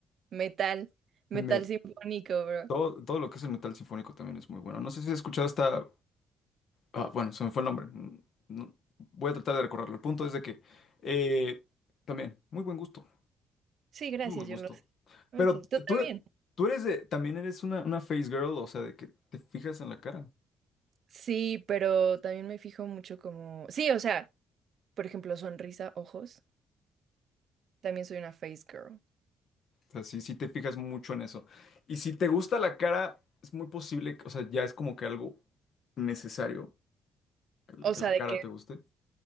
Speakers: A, on the right; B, on the left.
A: Metal, metal
B: Me,
A: sinfónico, bro.
B: todo, todo lo que es el metal sinfónico también es muy bueno. No sé si has escuchado esta... Ah, bueno, se me fue el nombre. Mm, no- voy a tratar de recorrerlo El punto es de que eh, también, muy buen gusto,
A: Sí, gracias,
B: muy buen
A: yo
B: gusto.
A: lo sé. Muchas-
B: Pero
A: Tú también.
B: tú, eres- tú eres de... También eres una, una face girl, o sea, de que te fijas en la cara.
A: Sí, pero también me fijo mucho como... Sí, o sea, por ejemplo, sonrisa, ojos. También soy una face girl.
B: O sea, sí, sí te fijas mucho en eso. Y si te gusta la cara, es muy posible, que- o sea, ya es como que algo necesario que la
A: O
B: que
A: sea,
B: la cara
A: de que...
B: te guste.